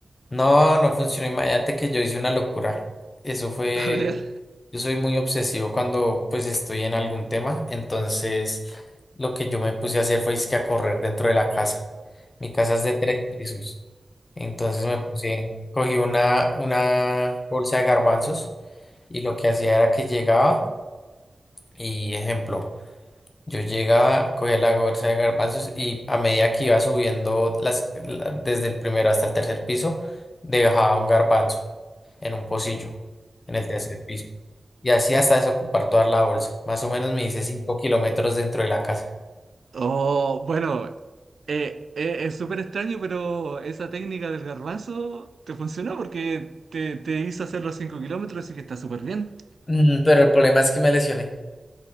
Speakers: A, on the left; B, on the right.
A: No, no funcionó. Imagínate que yo hice una locura. Eso fue.
B: <laughs> A ver.
A: Yo soy muy obsesivo cuando pues estoy en algún tema. Entonces, lo que yo me puse a hacer fue que a correr dentro de la casa. Mi casa es de tres pisos. Entonces me puse, cogí una, una bolsa de garbanzos y lo que hacía era que llegaba y ejemplo, yo llegaba, cogía la bolsa de garbanzos y a medida que iba subiendo las, la- desde el primero hasta el tercer piso, dejaba un garbanzo en un pocillo, en el tercer piso. Y así hasta desocupar toda la bolsa. Más o menos me hice 5 kilómetros dentro de la casa.
B: Oh, bueno, eh, eh, es súper extraño, pero esa técnica del garbanzo te funcionó porque te, te hizo hacer los 5 kilómetros, así que está súper bien.
A: Mm, pero el problema es que me lesioné,